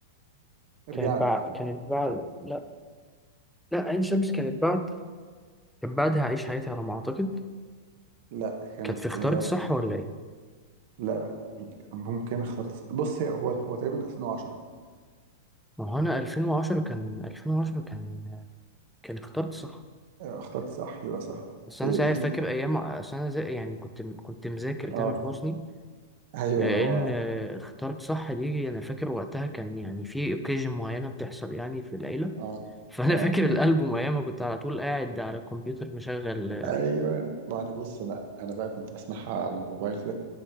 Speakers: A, on the right; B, in the centre.
A: ارجع
B: كانت
A: لي
B: بعد كانت بعد لا لا عين شمس كانت بعد كانت بعدها عيش حياتي على ما أعتقد
A: لا كانت
B: كانت في اختارت
A: هي
B: صح ولا إيه؟
A: لا لا ممكن اخترت بص هي هو هو تقريبا 2010
B: ما هو أنا 2010 كان 2010 كان كان اختارت صح
A: آه، اخترت صح يبقى صح
B: بس أنا
A: هي
B: ساعتها
A: دي <laughs>
B: فاكر أيام أصل أنا زي يعني كنت كنت مذاكر تامر
A: اه
B: حسني
A: ايوه
B: لأن
A: انا هو
B: آه، اختارت صح دي أنا فاكر وقتها كان يعني في أوكيجن معينة بتحصل يعني في العيلة
A: اه
B: فانا
A: اه
B: فاكر الالبوم ايامها كنت على طول قاعد على الكمبيوتر مشغل
A: ايوه ما انا بص انا انا بقى كنت بسمعها على الموبايل كده